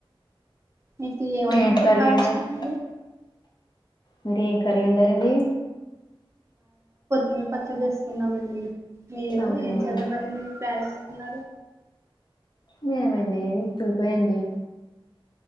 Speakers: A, on the right; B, on the left.
A: మీకు ఏ వంటంటే
B: ఏం కర్రీ
A: బాగ
B: వండారు
A: ఇష్టమండీ
B: మీరు ఏం కర్రీ వండారండి
A: మేము పచ్చడి చేసుకున్నామండి మీరు
B: అవునండి
A: ఏం చేద్దామని మీ ప్లాన్ ఉన్నారు
B: మేమండి తుపేయండి